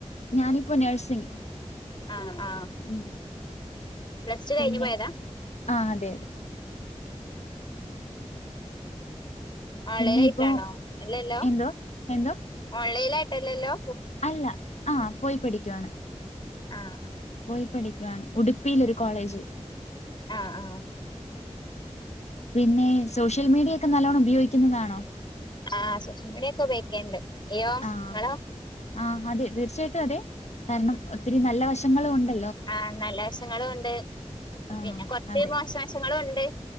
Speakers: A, on the left; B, on the left.
A: ഞാനിപ്പൊ നഴ്സിങ്
B: ആഹ് ആഹ്
A: ഉം
B: പ്ലസ് ടു
A: പിന്നെ
B: കഴിഞ്ഞ് പോയതാ
A: ആഹ് അതെ
B: ഓൺലൈലായിട്ടാണൊ
A: പിന്നെ ഇപ്പോ
B: അല്ലല്ലൊ
A: എന്തോ എന്തോ
B: ഓൺലൈലായിട്ട്ല്ലല്ലൊ
A: അല്ല ആഹ് പോയി പഠിക്കുവാണ്
B: ആഹ്
A: പോയി പഠിക്കുവാണ് ഉടുപ്പിയിലൊരു കോളേജിൽ
B: ആഹ് ആഹ്
A: പിന്നെ സോഷ്യൽ മീഡിയ ഒക്കെ നല്ലോണം ഉപയോഗിക്കുന്നതാണോ
B: ആഹ് സോഷ്യൽ മീഡിയൊക്കെ ഉപയോ ണ്ട് യ്യോ
A: ആഹ്
B: ഇങ്ങളോ
A: ആഹ് അതെ തീർച്ച്യായിട്ടും അതെ കാരണം ഒത്തിരി നല്ല വശങ്ങളൂണ്ട്
B: ആഹ് നല്ല വശങ്ങളുണ്ട്
A: ആഹ്
B: പിന്നെ കൊറച്ച്
A: അതെ
B: മോശവശങ്ങളുണ്ട്